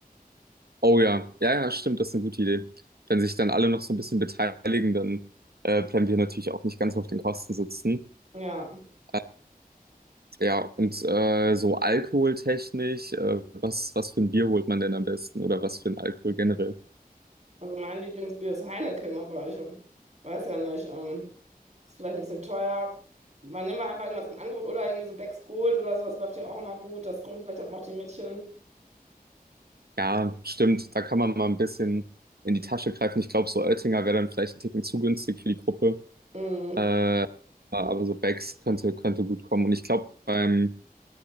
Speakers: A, on the right; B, on the right.
A: Oh ja, ja, ja, stimmt, das ist eine gute Idee. Wenn sich dann alle noch so ein bisschen beteiligen, dann äh, bleiben wir natürlich auch nicht ganz auf den Kosten sitzen.
B: Ja,
A: Äh, ja, und äh, so alkoholtechnisch, äh, was, was für ein Bier holt man denn am besten oder was für ein Alkohol generell?
B: also mein Lieblingsbier ist Heineken, aber ich ähm, weiß ja nicht, ähm, ist vielleicht ein bisschen teuer. Man nimmt einfach irgendwas im Angebot oder irgendwie so Beck's Gold oder sowas läuft ja auch immer gut. Das trinken vielleicht dann auch die Mädchen.
A: Ja, stimmt. Da kann man mal ein bisschen in die Tasche greifen. Ich glaube, so Oettinger wäre dann vielleicht ein Ticken zu günstig für die Gruppe.
B: Mm.
A: Äh, aber so Becks könnte, könnte gut kommen. Und ich glaube, beim,